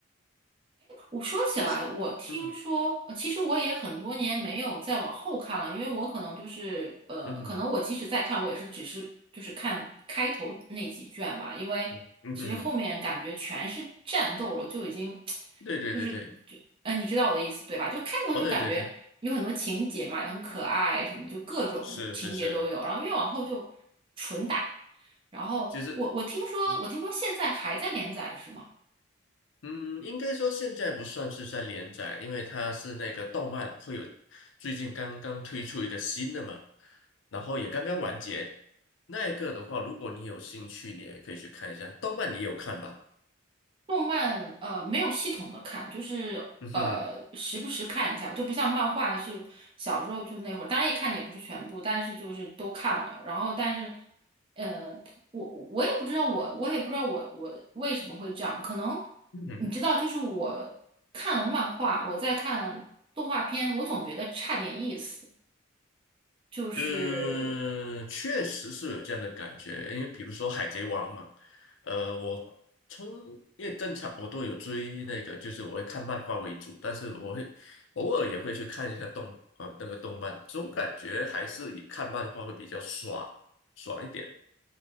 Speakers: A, on the right; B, on the left.
A: 我说起来，
B: 就是嗯哼
A: 我听说，呃其实我也很多年没有再往后看了，因为我可能就是，呃，
B: 嗯哼
A: 可能我即使再看，我也是只是就是看开头那几卷吧，因为其实后面感觉全是战斗了，
B: 嗯嗯哼，
A: 就已经 <tsk>
B: 对对对对，
A: 就是就，呃，你知道我的意思对吧？就开头就感觉有很多情节嘛，
B: 哦对对对，
A: 也很可爱，什么就各种情节都有，
B: 是是是，
A: 然后越往后就纯打，然后我我听说我听说现在还在连载是吗？
B: 其实嗯嗯，应该说现在不算是在连载，因为它是那个动漫会有最近刚刚推出一个新的嘛，然后也刚刚完结。那一个的话，如果你有兴趣，你也可以去看一下。动漫你也有看吧？
A: 动漫呃没有系统的看，就是呃时不时看一下吧，
B: 嗯哼，
A: 就不像漫画是小时候就那会儿，当然也看的也不是全部，但是就是都看了。然后但是，呃，我我也不知道我我也不知道我我为什么会这样，可能
B: 嗯哼，
A: 你知道，就是我看了漫画，我在看动画片，我总觉得差点意思，就是。
B: 嗯，确实是有这样的感觉。因为比如说《海贼王》嘛，呃，我从因为正常我都有追那个，就是我会看漫画为主，但是我会偶尔也会去看一下动啊、呃、那个动漫，总感觉还是以看漫画会比较爽爽一点，